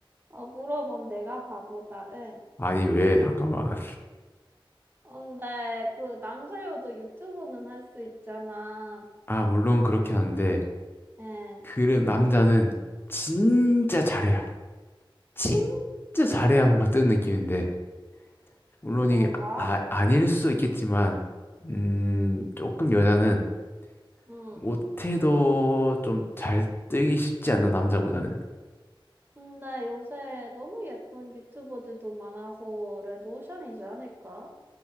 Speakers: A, on the right; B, on the left.
A: 어, 물어본 내가 바보다, 응.
B: 아니, 왜, 잠깐만.
A: 근데 그 남자여도 유튜버는 할 수 있잖아.
B: 아, 물론 그렇긴 한데.
A: 응,
B: 그 남자는 진짜 잘해야. 진짜 잘해야 뭔가 뜨는 느낌인데. 물론
A: 그런가?
B: 이게 아, 아닐 수도 있겠지만, 음, 조금 여자는
A: 응.
B: 못해도 좀 잘 뜨기 쉽지 않나, 남자보다는.
A: 근데 요새 너무 예쁜 유튜버들도 많아서 레드오션이지 않을까?